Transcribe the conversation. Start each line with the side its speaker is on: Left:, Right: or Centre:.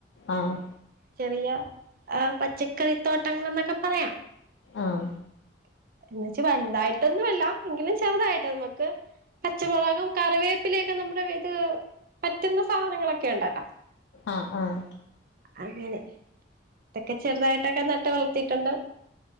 Left: ആഹ
Right: ചെറിയ ആ പച്ചക്കറിത്തോട്ടങ്ങൾ എന്നൊക്കെ പറയാംഎന്ന
Left: ആഹ്
Right: വച്ച്വലുതായിട്ടൊന്നും വല്ല എങ്കിലും ചെറുതായിട്ടാ നമുക്ക് പച്ചമുളകും കറിവേപ്പിലൊക്കെ നമ്മുടെ ഇത് പറ്റുന്ന സാധനങ്ങളൊക്കെ ഉണ്ടട്ടോ
Left: ആഹ ആഹ
Right: അങ്ങനെ, ഇതൊക്കെ ചെറുതായിട്ടൊക്കെ നട്ട് വളർത്തിയിട്ടുണ്ട്